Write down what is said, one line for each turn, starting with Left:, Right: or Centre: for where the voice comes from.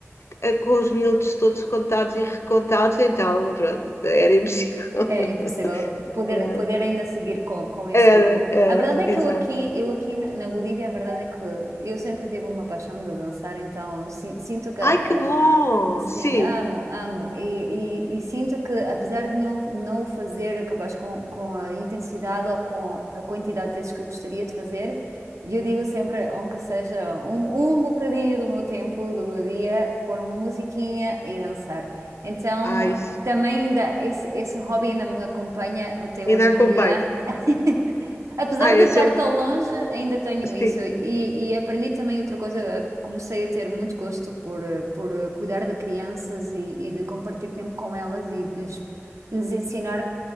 Left: eh, com os minutos todos contados e recontados, então pronto, era impossível. <laughs>
Right: Era impossível poder,
Left: Claro.
Right: poder ainda seguir com, com esse
Left: Era,
Right: ritmo.
Left: era,
Right: A verdade é
Left: exato.
Right: que eu aqui, eu aqui na, na Bolívia, a verdade é que eu sempre tive uma paixão de dançar, então si- sinto que a,
Left: Ai, que bom!
Right: Sim,
Left: Sim,
Right: amo, amo. E, e- e sinto que, apesar de não, não o fazer capaz com, com a intensidade ou com a quantidade de vezes que eu gostaria de fazer, eu digo sempre, aunque seja um, um bocadinho do meu tempo, do meu dia, pôr uma musiquinha e dançar. Então,
Left: ai,
Right: também ainda, esse, esse hobby ainda me acompanha até hoje
Left: ainda acompanha.
Right: em dia. <laughs> Apesar
Left: Ai,
Right: de
Left: esse
Right: estar
Left: é um.
Right: tão longe, ainda tenho
Left: Sim,
Right: isso. E, e aprendi também outra coisa. Comecei a ter muito gosto por, eh, por eh, cuidar de crianças e, e de compartilhar tempo com elas e de lhes, lhes ensinar